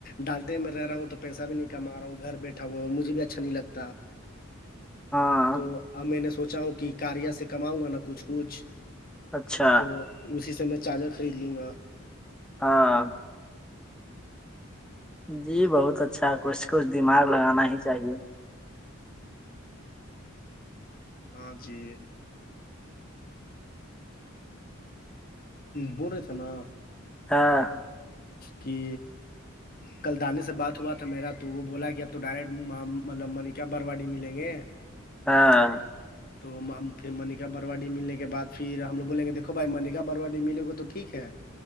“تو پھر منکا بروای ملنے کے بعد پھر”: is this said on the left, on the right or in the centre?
Left